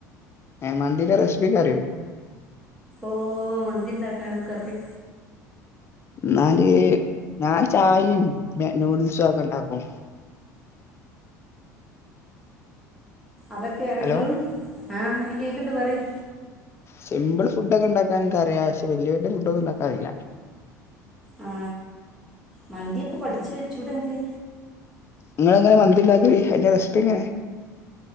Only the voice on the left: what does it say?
ഏഹ് മന്തിത്തെ റെസിപ്പി ഒക്കറിയോ
ന്നാല് ഞാൻ ചായയും നൂഡിൽസും ഒക്കെ ഉണ്ടാക്കും
ഹലോ
സിമ്പിൾ ഫുഡ്ഡൊ ക്കെണ്ടാക്കാൻ ഇൻക്കറ്യാ, പക്ഷെ വല്യ വല്യ ഫുഡ്ഡൊന്നുണ്ടാക്കാ അറീല
ഇങ്ങളെങ്ങന മന്തിണ്ടാക്കല് അയ്ന്റെ റെസിപ്പ്യെങ്ങനെ